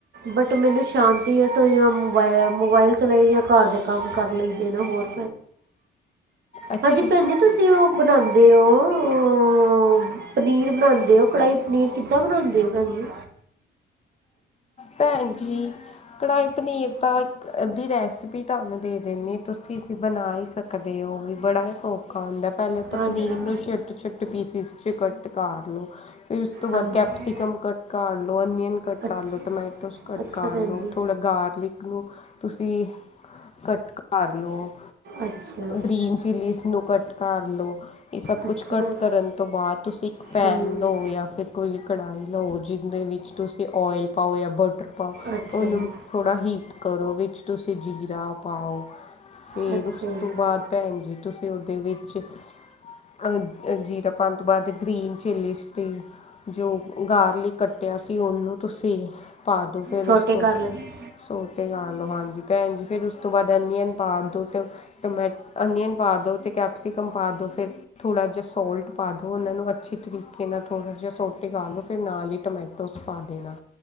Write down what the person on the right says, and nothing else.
ਬਟ ਮੈਨੂੰ ਸ਼ਾਂਤੀ ਹੈ ਤਾਂ ਮੋਬ ਮੋਬਾਇਲ ਚਲਾ ਆ ਘਰ ਦੇ ਕੰਮ ਕਰ ਲਈਦੇ ਨਾ ਹੋਰ
ਹਾਂਜੀ ਭੈਣ ਜ ਤੁਸੀਂ ਉਹ ਬਣਾਉਂਦੇ ਦੇ ਉਹ ਪਨੀਰ ਬਣਾਉਂਦੇ ਹੋ ਕੜਾਹੀ ਪਨੀਰ ਕਿੱਦਾਂ ਬਣਾਉਂਦੇ ਹੋ ਭੈਣ ਜੀ
ਹਾਂਜੀ
ਹਾਂਜੀ
ਅੱਛਾ
ਅੱਛਾ
ਭੈਣ
ਜੀ
ਅੱਛਾ
ਅੱਛਾ
ਭੈਣ
ਹੂੰ
ਅੱਛਾ
ਜੀ
ਅੱਛਾ
ਜੀ
ਸੋਟੇ
ਕਰ ਲੈਂਦੇ